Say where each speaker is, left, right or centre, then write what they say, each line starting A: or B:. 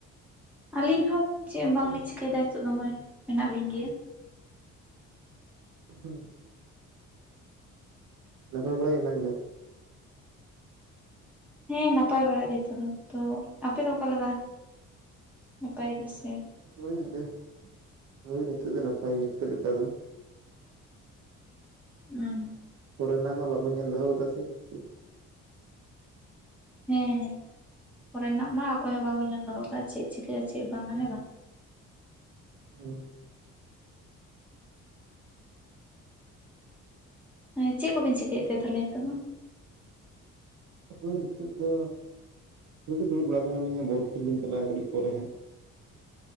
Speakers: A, in the centre; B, on the right.
A: ᱟᱹᱞᱤᱧ ᱦᱚᱸ ᱪᱮᱫ ᱦᱚ ᱵᱟᱝᱞᱤᱧ ᱪᱤᱠᱟᱹᱭ ᱫᱟ ᱱᱤᱛᱚᱜ ᱫᱚ ᱦᱚᱜᱼᱚᱭ ᱢᱮᱱᱟᱜ ᱞᱤᱧ ᱜᱮᱭᱟ᱾
B: ᱦᱮᱸ, ᱱᱟᱯᱟᱭ ᱵᱟᱲᱟ ᱜᱮ ᱢᱮᱱᱟᱜ ᱵᱤᱱᱟ ᱛᱚ?
A: ᱦᱮᱸ ᱱᱟᱯᱟᱭ ᱵᱟᱲᱟ ᱜᱮ ᱱᱤᱛᱚᱜ ᱫᱚ᱾ ᱛᱚ ᱟᱯᱮ ᱫᱚ ᱚᱠᱟᱞᱮᱠᱟ ᱱᱟᱯᱟᱭ ᱜᱮ ᱥᱮ
B: ᱦᱳᱭ ᱟᱞᱮ ᱦᱚ, ᱦᱳᱭ ᱱᱤᱛᱚᱜ ᱫᱚ ᱱᱟᱯᱟᱭ ᱜᱮ ᱱᱤᱛᱚᱜ ᱞᱮᱠᱟ ᱫᱚ᱾
A: ᱦᱩᱸ,
B: ᱯᱚᱨᱮ ᱨᱮᱱᱟᱜ ᱢᱟ ᱵᱟᱵᱚᱱ ᱧᱮᱞ ᱫᱚᱦᱚ ᱠᱟᱫᱟ ᱥᱮ ᱪᱮᱫ
A: ᱦᱮᱸ ᱦᱮᱸ ᱯᱚᱨᱮ ᱨᱮᱱᱟᱜ ᱢᱟ ᱚᱠᱚᱭ ᱦᱚᱸ ᱵᱟᱵᱚᱱ ᱧᱮᱞ ᱫᱚᱦᱚ ᱠᱟᱜ, ᱪᱮᱫ ᱪᱤᱠᱟᱹᱜᱼᱟ ᱪᱮᱫ ᱵᱟᱝᱟ ᱦᱮᱸ ᱵᱟᱝ?
B: ᱦᱮᱸ ᱾
A: ᱦᱮᱸ ᱪᱮᱫ ᱠᱚᱵᱤᱱ ᱪᱤᱠᱟᱹᱭᱮᱫ ᱛᱮ ᱛᱟᱦᱚᱞᱮ ᱱᱤᱛᱚᱜ ᱫᱚ?
B: ᱟᱫᱚ ᱱᱤᱛᱳᱜ ᱫᱚ ᱫᱩᱲᱩᱵ ᱵᱟᱲᱟ ᱟᱠᱟᱱᱟᱞᱤᱧ ᱦᱟᱸᱜ ᱵᱚᱞ ᱠᱷᱮᱞ ᱞᱤᱧ ᱪᱟᱞᱟᱜᱼᱟ ᱠᱟᱹᱴᱤᱡ ᱯᱚᱨᱮ ᱦᱟᱸᱜ᱾